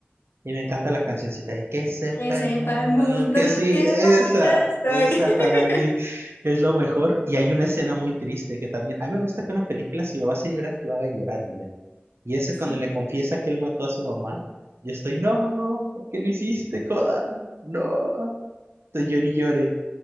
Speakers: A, on the right; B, on the left.
A: Y me encanta las cancioncitas de que sepa
B: Que sepa
A: el mundo,
B: el mundo
A: que sí,
B: que
A: esa,
B: en marcha estoy.
A: esa
B: <laughs>
A: para mí es lo mejor. Y hay una escena muy triste que también, a mí me gusta que una película, si me vas a llorar, que me haga llorar bien. Y esa
B: Sí.
A: cuando le confiesa que él mató a su mamá, yo estoy, no, ¿por qué lo hiciste, Coda? No, estoy llore y llore.